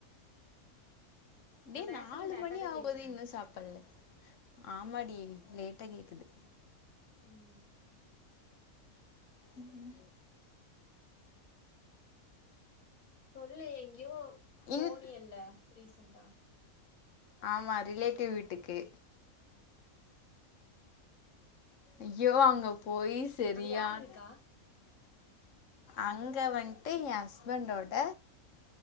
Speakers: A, on the left; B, on the left.
A: நா
B: டேய்
A: பேசுறது
B: நாலு
A: லேட்டா
B: மணி
A: தா
B: ஆவபோது
A: கேக்குதா
B: இன்னு சாப்பல்ல ஆமாடி லேட்டா கேட்குது
A: ம்
B: ம்
A: சொல்லு எங்கியோ போனியல்ல
B: இன்
A: ரீசன்டா
B: ஆமா ரிலேட்டிவ் வீட்டுக்கு ஐயோ அங்க போயி சரியான
A: அங்க யார் இருக்கா
B: அங்க வன்ட்டு எ ஹஸ்பண்டோட